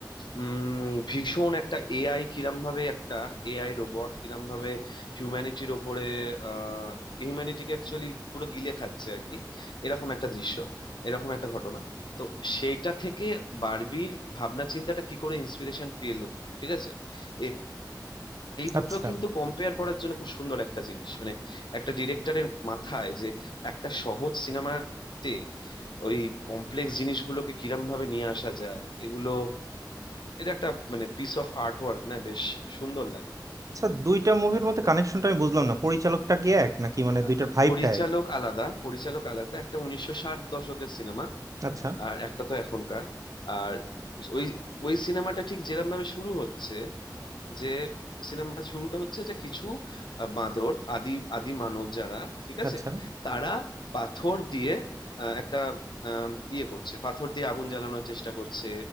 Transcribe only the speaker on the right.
আচ্ছা
আচ্ছা দুইটা মুভির মধ্যে কানেকশনটা আমি বুঝলাম না পরিচালকটা কি এক নাকি মানে দুইটার
ভাইবটা
এক
আচ্ছা
আচ্ছা